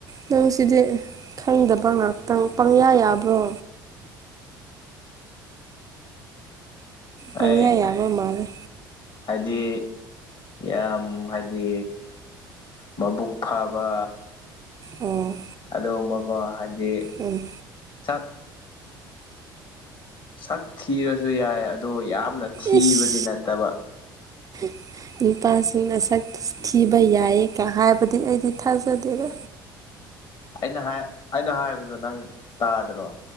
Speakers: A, on the right (about 30°); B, on the left (about 45°).
A: ꯅꯪꯁꯤꯗꯤ ꯈꯪꯗꯕ ꯉꯥꯛꯇꯪ ꯄꯪꯌꯥ ꯌꯥꯕ꯭ꯔꯣ ꯄꯪꯌꯥ
B: ꯑꯩ
A: ꯌꯥꯕ ꯃꯥꯜꯂꯦ
B: ꯍꯥꯏꯗꯤ ꯌꯥꯝ ꯍꯥꯏꯗꯤ ꯃꯕꯨꯛ ꯐꯕ
A: ꯑꯣ
B: ꯑꯗꯨꯃꯀꯣ ꯍꯥꯏꯗꯤ
A: ꯎꯝ
B: ꯁꯛ ꯁꯛ ꯊꯤꯔꯁꯨ ꯌꯥꯏ ꯑꯗꯣ ꯌꯥꯝꯅ ꯊꯤꯕꯗꯤ
A: ꯏꯁ
B: ꯅꯠꯇꯕ
A: <inaudible> ꯅꯨꯄꯥꯁꯤꯡꯅ ꯁꯛ ꯊꯤꯕ ꯌꯥꯏꯌꯦ ꯀ ꯍꯥꯏꯕꯗꯤ ꯑꯩꯗꯤ ꯊꯥꯖꯗꯦꯗ
B: ꯑꯩꯅ ꯍꯥꯏ ꯑꯩꯅ ꯍꯥꯏꯕꯗꯣ ꯅꯪ ꯇꯥꯗ꯭ꯔꯣ